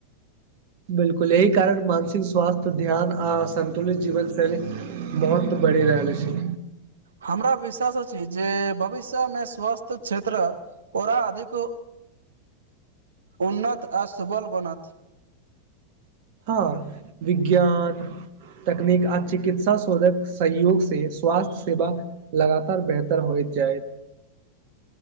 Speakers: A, on the right; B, on the right.
A: बिल्कुल एहि कारण मानसिक स्वास्थ्य ध्यान आ संन्तुलित जीवन शैली बहुत बढ़ि रहल अछि
B: हमरा विश्वास अछि जे भविष्यमे स्वास्थ्य क्षेत्र ओरा अधिक उन्नत आ सुबल बनत
A: हँ विज्ञान तकनीक आ चिकित्सा शोधक सहयोग से स्वास्थ्य सेवा लगातार बेहतर होइत जाय